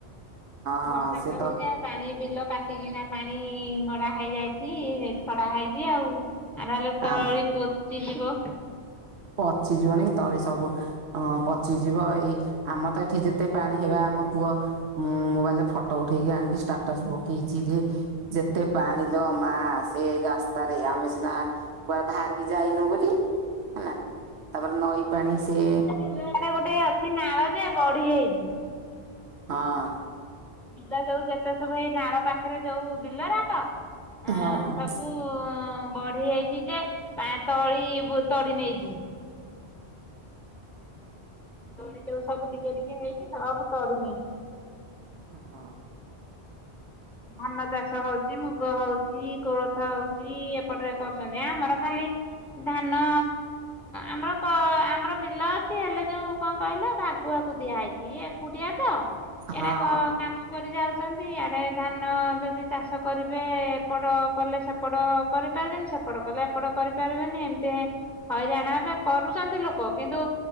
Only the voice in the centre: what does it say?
ବର୍ଷା
ତ ହଉଛି ପାଣି ବିଲ କାଟିକିନା ପାଣି ମଡ଼ା ଘାଇଯାଇଛି ଛଡା ହେଇଛି ଆଉ ନହେଲେ ତଳି
ପଚିଯିବ।
ଇଆଡେ ଗୋଟେ ଅଛି ନାଳ ଯେ ବଢିଯାଇଛି।
ବିଲ ଯୋଉ ଯେତେ ସବୁ ଏଇ ନାଳ ପାଖରେ ଯୋଉ ବିଲରାକ ଆ
ସବୁ ବଢି ହେଇଛି ଯେ ତଳି ତଡି ନେଇଛି। ତଳି ଯୋଉ ସବୁ ଟିକେ ଟିକେ ହେଇକି ସବୁ ତଡି ନେଇଛି।
ଧାନ ଚାଷ ହଉଛି ମୁଁ ଗ ହଉଛି କୋଳଥ ହଉଛି ଏପଟେ କରୁଛନ୍ତି ଆମର ଖାଲି ଧାନ ଆମର କ ଆମର ବିଲ ଅଛି ହେଲେ ଯୋଉ କଣ କହିଲ ଭାଗୁଆକୁ ଦିଆହେଇଛି ଇଏ ଏକୁଟିଆ ତ
ଏରା କ କାମ କରି ଯାଉଛନ୍ତି ଆଡେ ଧାନ ଯଦି ଚାଷ କରିବେ ଏପଟ କଲେ ସେପଟ କରିପାରିବେନି ସେପଟ କଲେ ଏପଟ କରିପାରିବେନି ଏମିତି ହେ ହଇରାଣ ହେବେ କରୁଛନ୍ତି ଲୋକ କିନ୍ତୁ